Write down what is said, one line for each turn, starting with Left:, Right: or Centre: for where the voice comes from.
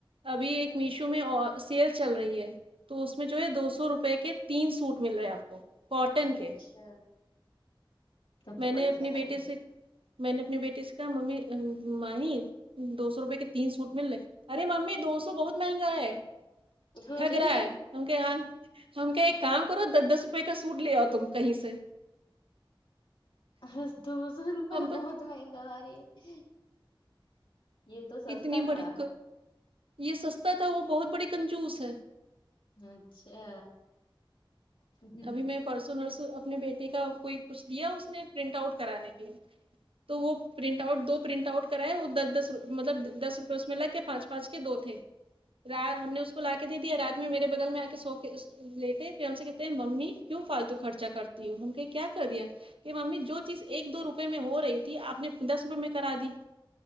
Right: ابھی ایک میشو میں سیل چل رہی ہے تو اس میں جو ہے دو سو روپے کے تین سوٹ مل رہے ہے آپ کو کاٹن
Left: اچھا
Right: کے
Left: تب تو
Right: میں نے
Left: بڑھیا
Right: اپنے بیٹے
Left: ہے
Right: سے میں نے اپنی بیٹی سے کہا ممی ماہی دو سو روپے کے تین سوٹ مل رہے ارے ممی دو سو بہت مہنگا ہے
Left: ارے
Right: ٹھگ رہا ہے کیونکہ یہاں ہم کیا ایک کام کرو دس دس روپئے کا سوٹ لے آؤ تم کہیں سے
Left: ہس <unintelligible> سو روپئے
Right: اب
Left: بہت مہنگا ہماریے یہ تو سستا
Right: اتنی
Left: تھا
Right: بڑی یہ سستا تھا وہ بہت بڑی کنجوس ہے
Left: اچھا اچھا
Right: ابھی میں پرسوں نرسوں اپنے بیٹے کا کوئی کچھ دیا اس نے پرنٹ آؤٹ کرانے کے لیے تو وہ پرنٹ آؤٹ دو پرنٹ آؤٹ کرائے وہ دس مطلب دس روپے اس میں لگ کے پانچ پانچ کے دو تھے ہم نے اس کو لا کے دے دیا رات میں میرے بغل میں آ کے سو لیتے پھر ہم سے ممی کیوں فالتو خرچا کرتی ہو ہم کہیں کیا کریا کہ ممی جو چیز ایک دو روپئے میں ہو رہی تھی آپ نے دس روپئے میں کرا دی